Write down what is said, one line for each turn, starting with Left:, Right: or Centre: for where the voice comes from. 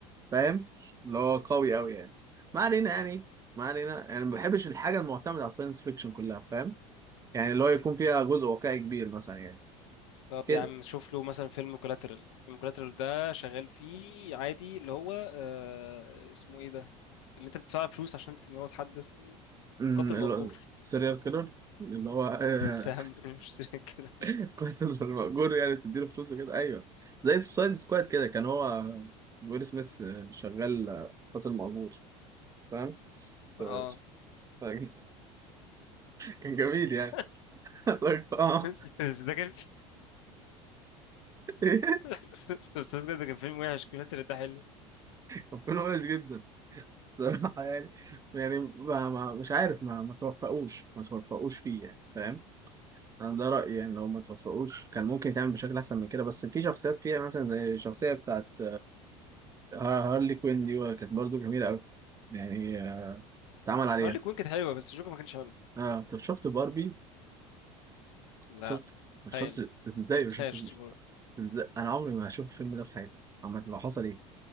Right: فاهم اللي هو قوي قوي يعني ما علينا يعني ما علينا يعني ما بحبش الحاجه المعتمده على الساينس فيكشن كلها فاهم يعني اللي هو يكون فيها جزء واقعي كبير مثلا يعني
Left: طب
Right: كده
Left: يا عم شوف له مثلا فيلم كولاترال فيلم كولاترال ده شغال فيه عادي اللي هو آه اسمه ايه ده اللي انت بتدفع فلوس عشان تموت حد ده اسمه ايه
Right: امم
Left: قاتل مأجور
Right: سيريال كيلر اللي هو آه،
Left: <laughs> فاهم مش كده
Right: <laughs> قاتل مأجور يعني بتديله فلوس وكده ايوه زي سوسايد سكواد كده كان هو ويل سميث آه، شغال آه، قاتل مأجور فاهم
Left: اه
Right: ف- ف- <laughs> كان جميل يعني
Left: <laughs>
Right: <laughs> اه
Left: بس بس ده كان
Right: <laughs>
Left: <laughs> بس بس ده كان فيلم وحش كولاترال ده حلو
Right: كان فيلم وحش جدا الصراحة يعني يعني ما ما مش عارف ما ما توفقوش ما توفقوش فيه يعني فاهم انا ده رأيي يعني لو ما توفقوش كان ممكن يتعمل بشكل احسن من كده بس في شخصيات فيها مثلا زي الشخصية بتاعت آه، هارلي كوين دي كانت برضو جميلة قوي يعني آه، اتعمل عليها
Left: هقول لك وين كانت حلوه بس جوكر ما كانش حلو
Right: اه طب شفت باربي
Left: لا
Right: شفت ما شفت
Left: تخيل
Right: ازاي ما
Left: تخيل
Right: شفتش
Left: شتيبور
Right: ازاي انا عمري ما هشوف الفيلم ده في حياتي عامة لو حصل ايه